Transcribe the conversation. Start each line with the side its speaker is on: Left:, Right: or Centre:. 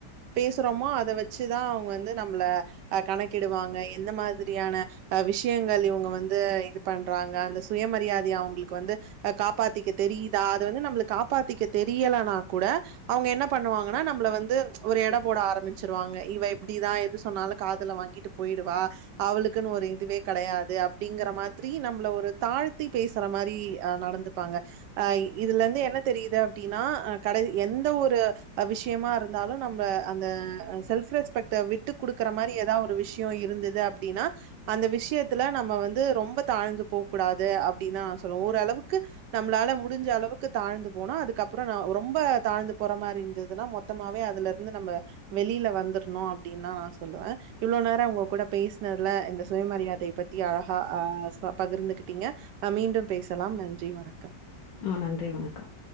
Right: பேசுறோமோ அத வச்சுதா அவங்க வந்து நம்பள அ கணக்கிடுவாங்க எந்த மாதிரியான அ விஷயங்கள் இவங்க வந்து இது பண்றாங்க அந்த சுயமரியாதைய அவங்களுக்கு வந்து அ காப்பாத்திக்க தெரித் தா அது வந்து நம்பள காப்பாத்திக்க தெரியலனா கூட அவங்க என்ன பண்ணுவாங்கனா நம்பள வந்து ஒரு எட போட ஆரமிச்சிருவாங்க இவ இப்டிதா எது சொன்னாலு காதுல வாங்கிட்டு போயிடுவா அவளுக்குனு ஒரு இதுவே கெடையாது அப் டிங்கற மாதிரி நம்மள ஒரு தாழ்த்தி பேசுற மாரி ஆ நடந்துப்பாங்க அ இதுல இருந்து என்ன தெரியுது அப்டினா அ கட எந்த ஒரு விஷயமா இருந்தாலு நம்ப அந்த செல்ப் ரெஸ்பெக்ட விட்டு குடுக்குற மாரி ஏதாவ் ஒரு விஷயோ இருந்தது அப்டினா அந்த விஷயத்துல நம்ப வந்து ரொம்ப தாழ்ந்து போ கூடாது அப்டினுதா நா சொல்லுவ ஓரளவுக்கு நம்பளால முடிஞ்ச அளவுக்கு தாழ்ந்து போனு அதுக்கப்றோ ரொம்ப தாழ்ந்து போற மாதிரி இருந்ததுனா மொத்தமாவே அதுல இரு ந்து நம்ப வெளியில வந்துரணு அப்டினு தா நா சொல்லுவ இவ்ளோ நேர உங்க கூட பேஷ்னதுல இந்த சுயமரியாதை பத்தி அழகா அ பகிர்ந்துகிட்டீங்க அ மீண்டு பேசலாம் நன்றி வணக்கம்
Left: ஆ நன்றி வணக்கம்